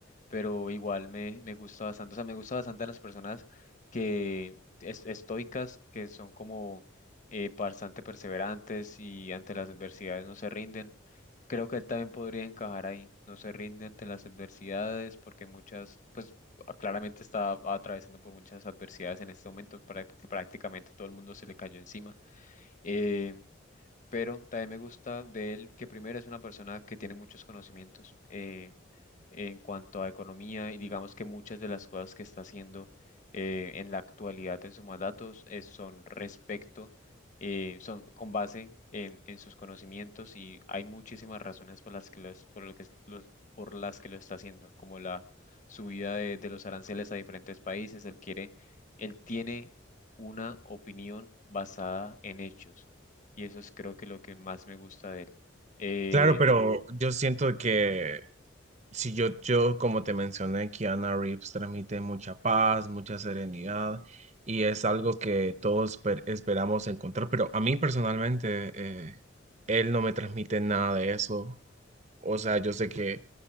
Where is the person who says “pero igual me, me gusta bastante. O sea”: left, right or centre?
Left